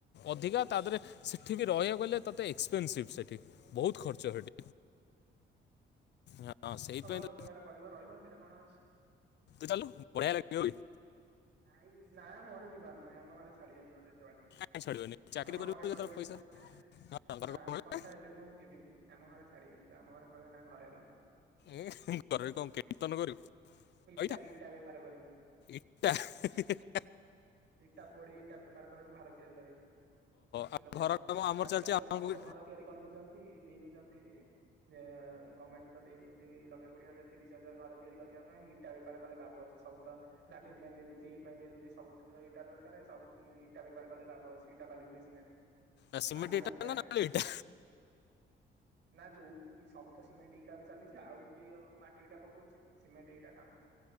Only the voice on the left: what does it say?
ଅଧିକା। ତା ଦେହରେ ସେଠି ବି ରହିଆକୁ ହେଲେ ତତେ ଏକ୍ସପେନସିଭ୍ ସେଠି।
ବହୁତ ଖର୍ଚ୍ଜ ସେଠି ହଁ ସେଇଥିପାଇଁ
ତ
ତୁ ଚାଲୁନୁ ବଢିଆ ଲାଗିବ ବେ।
କାଇଁ ଛାଡ଼ିବନି ଚାକିରି
କରିବୁ
ଯେତେବେଳେ
ପଇସା
ହଁ ଘରେ
କ'ଣ କହିବେ?
ଏ ଘରେ କଣ କୀର୍ତ୍ତନ କରିବୁ?
ଅଇଥା
ଇଟା ହେ ହେ।
ଆଉ
ଘର କାମ ଆମର
ଚାଲିଛି ଆମକୁ
ସିମେଣ୍ଟ
ଇଟା
ନା ନାଲି ଇଟା